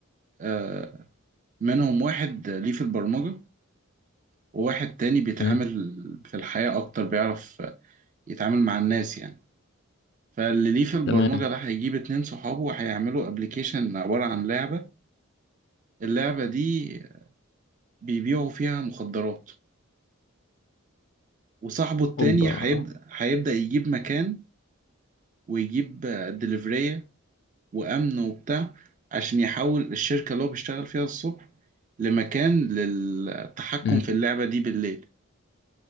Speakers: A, on the right (about 35°); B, on the left (about 50°).
A: آه منهم واحد ليه في البرمجة وواحد تاني بيتعامل
B: امم
A: في الحياة أكتر بيعرف يتعامل مع الناس يعني فاللي ليه في البرمجة
B: تمام
A: ده هيجيب اتنين صحابه وهيعملوا ابلكيشن عبارة عن لعبة اللعبة دي بيبيعوا فيها مخدرات وصاحبه التاني
B: اوبا
A: هيبدأ هيبدأ يجيب مكان ويجيب دليفرية وأمن وبتاع عشان يحول الشركة اللي هو بيشتغل فيها الصبح لمكان للتحكم
B: امم
A: في اللعبة دي بالليل